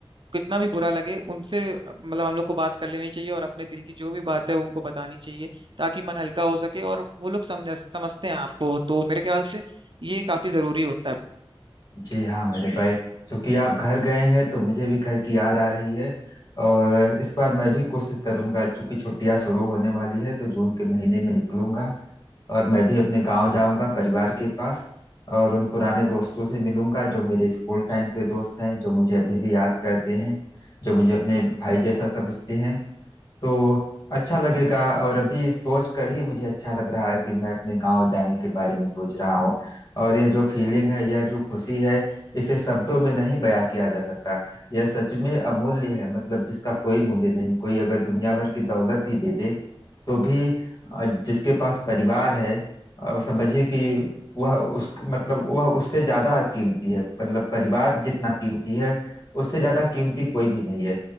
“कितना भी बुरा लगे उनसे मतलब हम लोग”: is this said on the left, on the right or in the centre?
Right